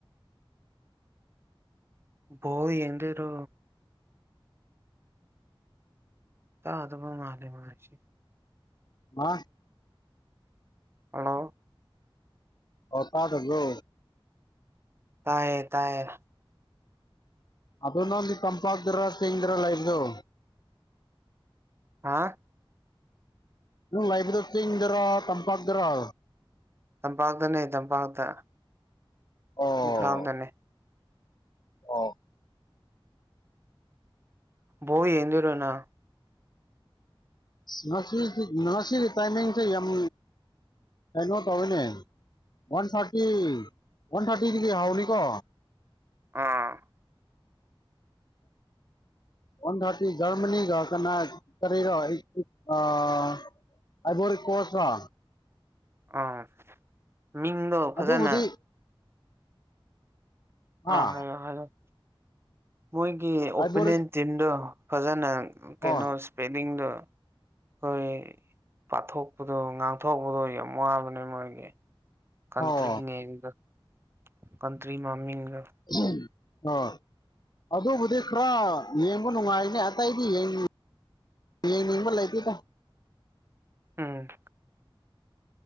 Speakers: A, on the right; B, on the left.
A: ꯕꯣꯜꯗꯤ ꯌꯦꯡꯗꯨꯏꯔꯣ ꯇꯥꯗꯕ ꯃꯥꯂꯦ ꯃꯥꯁꯤ
B: <unintelligible>
A: ꯍꯂꯣ
B: ꯑꯣ ꯇꯥꯗꯕ꯭ꯔꯣ
A: ꯇꯥꯏꯌꯦ ꯇꯥꯏꯌꯦ
B: ꯑꯗꯨ ꯅꯪꯗꯤ ꯇꯝꯄꯥꯛꯇꯔ ꯆꯤꯡꯗꯔ ꯂꯩꯕꯗꯨ
A: ꯍꯥꯥ
B: ꯅꯪ ꯂꯩꯥꯏꯕꯗ ꯆꯤꯡꯗꯔꯣ ꯇꯝꯄꯥꯛꯇꯔꯣ
A: ꯇꯝꯄꯥꯛꯇꯅꯦ ꯇꯝꯄꯥꯛꯇ
B: ꯑꯣ
A: ꯏꯝꯐꯥꯜꯗꯅꯦ
B: ꯑꯣ
A: ꯕꯣꯜ ꯌꯦꯗꯣꯏꯔꯣ ꯅꯪ
B: ꯉꯁꯤꯁꯤ ꯉꯁꯤꯒꯤ ꯇꯥꯏꯃꯤꯡꯁꯦ ꯌꯥꯝ ꯀꯩꯅꯣ ꯇꯧꯋꯤꯅꯦ ꯋꯥꯟ ꯊꯥꯔꯇꯤ ꯋꯥꯟ ꯊꯥꯔꯇꯤꯗꯒꯤ ꯍꯥꯎꯅꯤꯀꯣ
A: ꯑꯥ
B: ꯋꯥꯟ ꯊꯥꯔꯇꯤ ꯖꯔꯃꯅꯤꯒ ꯀꯅꯥ ꯀꯔꯤꯔꯣ ꯑꯥ ꯑꯥꯏꯕꯣꯔꯤ ꯀꯣꯁꯔꯣ
A: ꯑꯥ ꯃꯤꯡꯗꯣ ꯐꯖꯅ
B: ꯑꯗꯨꯕꯨꯗꯤ
A: ꯑ
B: ꯑꯥ
A: ꯍꯥꯏꯌꯣ ꯍꯥꯏꯌꯣ ꯃꯣꯏꯒꯤ ꯑꯣꯄꯣꯅꯦꯟ
B: ꯑꯥꯏꯕꯣꯔꯤ
A: ꯇꯤꯝꯗꯣ ꯐꯖꯅ ꯀꯩꯅꯣ
B: ꯑꯣ
A: ꯏꯁꯄꯦꯂꯤꯡꯗꯣ ꯑꯩꯈꯣꯏ ꯄꯥꯊꯣꯛꯄꯗꯣ ꯉꯥꯡꯊꯣꯛꯄꯗꯣ ꯌꯥꯝ ꯋꯥꯕꯅꯦ ꯃꯣꯏꯒꯤ ꯀꯥꯡꯇꯔꯤ
B: ꯑꯣ
A: ꯅꯦꯝꯒ ꯀꯟꯇ꯭ꯔꯤ ꯃꯃꯤꯡꯒ
B: ꯑꯍꯝ ꯍꯣ ꯑꯗꯨꯕꯨꯗꯤ ꯈꯔ ꯌꯦꯡꯕ ꯅꯨꯡꯉꯥꯏꯅꯦ ꯑꯇꯩꯗꯤ ꯌꯦꯡ ꯌꯦꯡꯅꯤꯡꯕ ꯂꯩꯇꯦꯗ
A: ꯎꯨꯝ